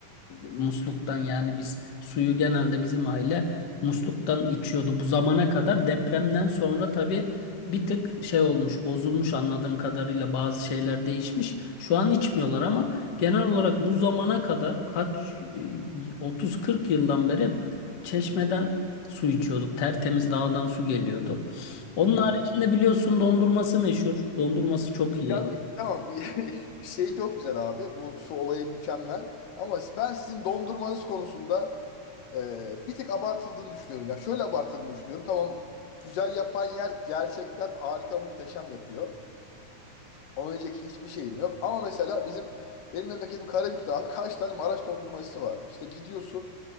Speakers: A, on the left; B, on the left.
A: musluktan yani biz suyu genelde bizim aile musluktan içiyordu. Bu zamana kadar depremden sonra tabii bir tık şey olmuş, bozulmuş anladığım kadarıyla bazı şeyler değişmiş. Şu an içmiyorlar ama genel olarak bu zamana kadar kaç e, 30-40 yıldan beri hep çeşmeden su içiyorduk. Tertemiz dağdan su geliyordu. Onun
B: Hı hı.
A: haricinde biliyorsun dondurması meşhur. Dondurması çok iyi.
B: Ya bir, tamam bir <laughs> şey çok güzel abi. Bu su olayı mükemmel. Ama ben sizin dondurmanız konusunda Ee, bir tık abartıldığını düşünüyorum. Ya şöyle abartıldığını düşünüyorum. Tamam güzel yapan yer gerçekten harika muhteşem yapıyor. Ona diyecek hiçbir şeyim yok. Ama mesela bizim benim memleketim Karabük'te abi kaç tane Maraş dondurmacısı var. İşte gidiyorsun